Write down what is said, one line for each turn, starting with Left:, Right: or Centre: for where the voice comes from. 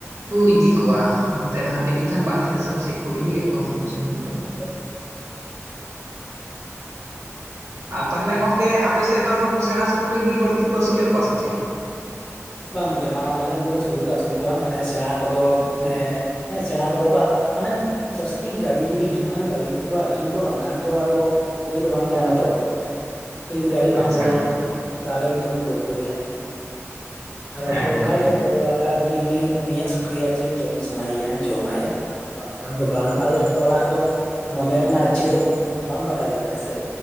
Right: ᱠᱚ ᱤᱫᱤ ᱠᱚᱣᱟ ᱦᱟᱱᱛᱮ ᱱᱟᱦᱟᱜ ᱡᱟᱹᱱᱤᱡ ᱠᱷᱟᱱ ᱵᱟᱦᱮᱨᱮ ᱫᱤᱥᱟᱹᱢ ᱥᱮᱫ ᱠᱚ ᱤᱫᱤᱭᱮᱫ ᱠᱚᱣᱟ ᱱᱩᱠᱩ ᱥᱩᱠᱨᱤ ᱫᱚ
Left: ᱦᱳᱭ
Right: ᱟᱨ ᱛᱟᱦᱚᱞᱮ ᱜᱚᱝᱠᱮ ᱟᱯᱮ ᱥᱮᱫ ᱫᱚ ᱱᱩᱠᱩ ᱥᱮᱬᱟ ᱥᱩᱠᱨᱤᱜᱤ ᱵᱟᱹᱲᱛᱤ ᱠᱚ ᱟᱹᱥᱩᱞᱮᱫ ᱠᱚᱣᱟ ᱥᱮ ᱪᱮᱫ?
Left: ᱵᱟᱝ ᱜᱚᱝᱠᱮ ᱵᱟᱱᱟᱨ ᱞᱮᱠᱟᱱ ᱠᱚᱜᱮ ᱥᱩᱠᱨᱤ ᱠᱚ ᱟᱹᱥᱩᱞ ᱠᱚᱣᱟ ᱢᱟᱱᱮ ᱥᱮᱬᱟ ᱠᱚᱫᱚ ᱢᱟᱱᱮ ᱦᱮᱸ ᱥᱮᱬᱟ ᱠᱚᱫᱚ ᱠᱚ ᱢᱟᱱᱮ ᱡᱟᱹᱥᱛᱤ ᱜᱟᱹᱲᱤ ᱡᱩᱚᱫᱤ ᱦᱤᱡᱩᱜ ᱠᱷᱟᱱ ᱜᱟᱹᱲᱤ ᱛᱮᱠᱚ ᱟᱠᱷᱨᱤᱧ ᱠᱚᱣᱟ ᱵᱟᱝᱠᱷᱟᱱ ᱫᱚ ᱟᱫᱚ ᱩᱯᱟᱹᱭ ᱫᱚ ᱵᱟᱝ ᱛᱟᱦᱮᱱᱟ ᱛᱚ ᱛᱮ ᱡᱩᱫᱤ ᱜᱟᱹᱰᱤ
Right: ᱟᱪᱪᱷᱟ
Left: ᱵᱟᱝ ᱵᱚᱞᱚᱱᱟ
Right: ᱜᱚᱝᱠᱮ
Left: ᱛᱟᱦᱞᱮ ᱩᱱ ᱫᱚᱠᱚ ᱜᱚᱡ ᱠᱚ ᱜᱮᱭᱟ ᱟᱨ
Right: ᱦᱮᱸ
Left: ᱚᱠᱚᱭ
Right: ᱜᱚᱝᱠᱮ
Left: ᱚᱝᱠᱟᱜᱮ ᱚᱠᱚᱭ ᱚᱠᱟ ᱞᱮᱠᱟ ᱡᱫᱤ ᱩᱱᱤ ᱩᱱᱤᱭᱟᱜ ᱥᱩᱠᱨᱤᱭᱟᱜ ᱡᱤᱞ ᱡᱚᱢ ᱥᱟᱱᱟᱭᱮᱭᱟ ᱡᱚᱢᱟᱭ ᱵᱟᱝᱠᱷᱟᱱ ᱫᱚ ᱵᱟᱝ ᱟᱫᱚ ᱡᱷᱚᱛᱚ ᱦᱚᱲᱟᱜ ᱫᱚ ᱢᱚᱱᱮ ᱨᱮᱱᱟᱜ ᱤᱪᱪᱷᱟᱹ ᱫᱚ ᱵᱟᱢ ᱵᱟᱰᱟᱭ ᱫᱟᱲᱮᱭᱟᱜᱼᱟ ᱥᱮ